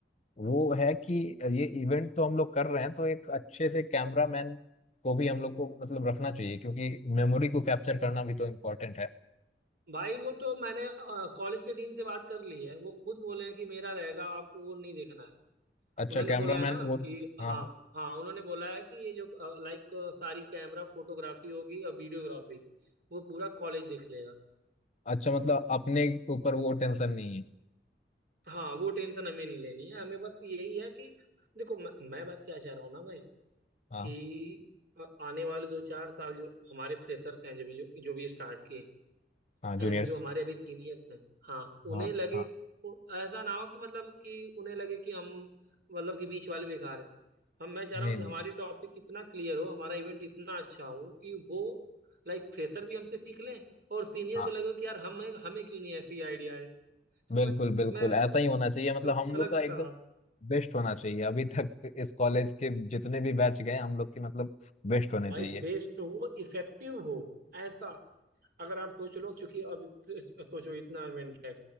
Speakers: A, on the left; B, on the right.
A: वो है कि ये इवेंट तो हम लोग कर रहे हैं तो एक अच्छे से कैमरामैन को भी हम लोग को मतलब रखना चाहिए क्योंकि मेमोरी को कैप्चर करना भी तो इम्पोर्टेंट है
B: भाई वो तो मैंने कॉलेज के डीन से बात कर ली है वो खुद बोले हैं कि मेरा रहेगा आपको वो नहीं देखना है
A: अच्छा
B: उन्होंने
A: कैमरामैन
B: बोला है ना
A: वो
B: कि हाँ
A: हाँ हाँ
B: हाँ उन्होंने बोला है कि ये जो लाइक सारी कैमरा फोटोग्राफी होगी और वीडियोग्राफी वो पूरा कॉलेज देख लेगा
A: अच्छा मतलब अपने ऊपर वो टेंशन नहीं है
B: हाँ वो टेंशन हमें नहीं लेनी है हमें बस यही है कि देखो मैं, मैं बात क्या चाह रहा हूँ ना भाई
A: हाँ
B: कि अ, आने वाले दो चार साल जो हमारे फ्रेशर्स हैं जो भी जो, जो भी स्टार्ट किए
A: हाँ
B: एंड
A: जूनियर्स
B: जो हमारे अभी सीनियर्स हैं हाँ उन्हें
A: हाँ
B: लगे
A: हाँ
B: उ- ऐसा ना हो कि मतलब कि उन्हें लगे कि हम मतलब कि बीच वाले बेकार हैं हम मैं चाह
A: नहीं
B: रहा हूँ कि
A: नहीं
B: हमारी टॉपिक इतना क्लियर हो हमारा इवेंट इतना अच्छा हो कि वो लाइक फ्रेशर भी हमसे सीख लें और सीनियर
A: हाँ
B: को लगे कि यार हमें हमें क्यों नहीं ऐसी आइडिया है <laughs> तो
A: बिल्कुल
B: मैं
A: बिल्कुल
B: मैं
A: ऐसा
B: कुछ
A: ही होना चाहिए मतलब
B: मैं कुछ
A: हम लोग
B: अलग
A: का एकदम
B: कहा
A: बेस्ट होना चाहिए अभी तक इस कॉलेज के जितने भी बैच गए हम लोग के मतलब बेस्ट होने
B: भाई
A: चाहिए
B: बेस्ट हो इफेक्टिव हो ऐसा अगर आप सोच लो क्योंकि अब इत- सोचो इतना इवेंट है